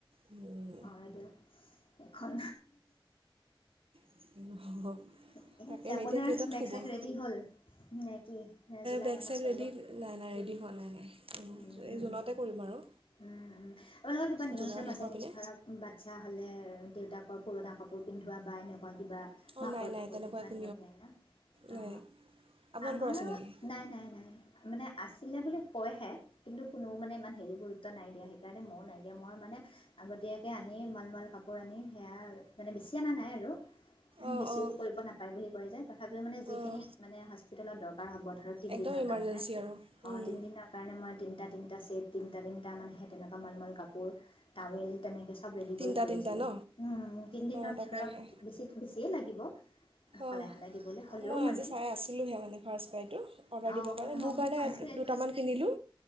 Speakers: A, on the right; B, on the left.
A: উম।
B: <unintelligible> এখন।
A: <unintelligible>
B: ঠিকে আপোনাৰ
A: এতিয়া কেইটাত
B: বেগ
A: শুব
B: চেগ ৰেডি হ'ল, নে কি? নে জুলাই
A: বেগ
B: মানত
A: চেগ
B: কৰিব?
A: ৰেডি নাই নাই
B: জুন
A: ৰেডি হোৱা নাই নাই
B: উম,
A: এই
B: উম,
A: জোনতে কৰিম আৰু।
B: উম, আপোনালোকৰ কিবা নিয়ম
A: জুনৰ
B: চিয়ম
A: শেষৰ
B: আছে নেকি
A: পিনে
B: ধৰক বাচ্ছা হ'লে দেউতাকৰ। পুৰণা কাপোৰ পিন্ধোৱা বা এনেকা। কিবা
A: অঁ
B: মাকৰ
A: নাই নাই
B: কাপোৰ
A: তেনেকুৱা
B: পিন্ধোৱা
A: একো
B: নিয়ম নাই না অ।
A: নাই আপোনালোকৰ
B: আমাৰো
A: আছে নেকি
B: নাই নাই নাই। মানে আছিলে বুলি কয়হে কিন্তু কোনো মানে ইমান হেৰি গুৰুত্ব নাই দিয়া সেইকাৰণে মইও নাই দিয়া মই মানে আগতীয়াকে আনি মলমল কাপোৰ আনি সেয়া মানে বেছি অনা নাই আৰু।
A: অঁ
B: বেছিও
A: অঁ
B: কৰিব নাপায় বুলি কোৱা যায় তথাপিও মানে যিখিনি
A: অঁ
B: মানে। যোনদিনত দৰকাৰ হব ধৰক তিনদিনৰ
A: একদম ইমাৰ্জেঞ্চি
B: কাৰণে
A: আৰু
B: অ
A: উম,
B: তিনদিনৰ কাৰণে মই তিনটা। তিনটা চেট তিটা তিনিটা মানে সে তেনেকুৱা মালমল কাপোৰ টাৱেল তেনেকে। চব ৰেদি
A: তিনিটা
B: কৰি থৈ
A: তিনিটা
B: দিছিলো
A: ন
B: তিনদিনত
A: অঁ তাকেহে
B: ধৰক বেছি বেজিয়ে লাগিব। দিব।
A: অঁ
B: সলাই সলাই দিবলৈ হ'লেও
A: মই
B: মানে।
A: আজি চাই আছিলোঁহে মানে ফাৰ্ষ্ট ফ্ৰাইটো অৰ্ডাৰ
B: অঁ
A: দিবৰ কাৰণে
B: অঁ
A: মোৰ কাৰণে
B: পাঁচ কেজি
A: দুটামান কিনিলোঁ